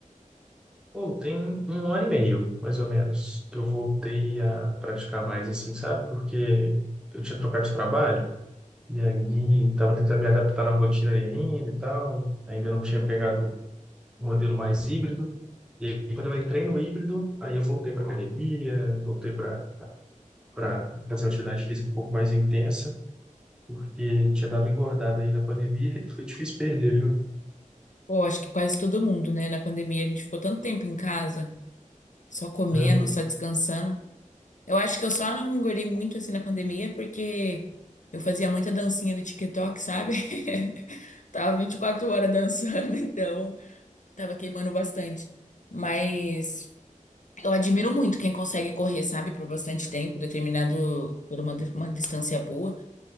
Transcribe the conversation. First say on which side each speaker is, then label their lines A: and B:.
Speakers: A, in the centre; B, on the left (about 65°).
A: Ou tem um ano e meio, mais ou menos, que eu voltei a praticar mais assim, sabe? Porque eu tinha trocado de trabalho e aí estava tentando me adaptar na rotina ali ainda e tal. Ainda não tinha pegado o modelo mais híbrido. E aí, quando eu entrei no híbrido, aí eu voltei para academia, voltei para para fazer uma atividade física um pouco mais intensa, porque tinha dado engordada aí na pandemia e foi difícil perder, viu?
B: Pô, acho que quase todo mundo, né? Na pandemia a gente ficou tanto tempo em casa, só comendo,
A: Uhum.
B: só descansando. Eu acho que eu só não engordei muito assim na pandemia porque eu fazia muita dancinha do TikTok, sabe? <laughs> Tava 24 horas dançando, <laughs> então tava queimando bastante. Mas eu admiro muito quem consegue correr, sabe, por bastante tempo, determinado por uma, di- uma distância boa,